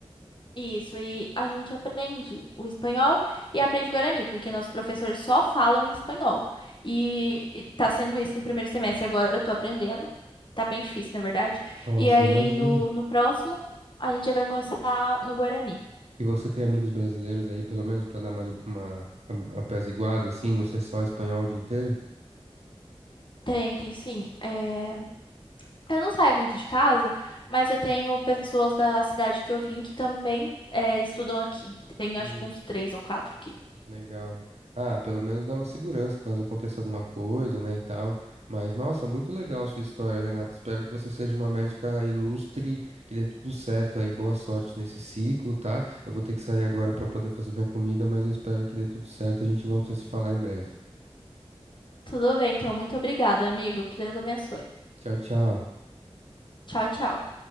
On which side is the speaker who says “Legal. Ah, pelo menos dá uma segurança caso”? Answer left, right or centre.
Right